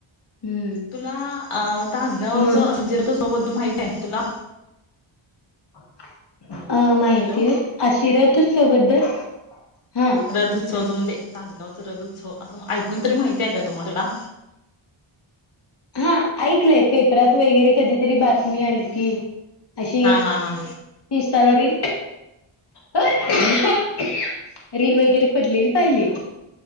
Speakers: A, on the left; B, on the left.
A: हम्म
B: तुला अ तासगावच
A: मग
B: असं जीरथ सोबद्दल माहित आहे तुला.
A: <unintelligible> अ माहिती
B: हॅलो
A: हो आशिरा तूच सोबद्दल हा
B: तर दूधव म्हजे तासगावच रद उत्सव असं ऐकून तरी माहिती आहे का तुम्हाला
A: हा ऐकलंय पेपरात वगैरे कधीतरी बातमी आली क अशी
B: हा हा हा.
A: इशतधारी. रेल वगैरे पडलेली पाहिले.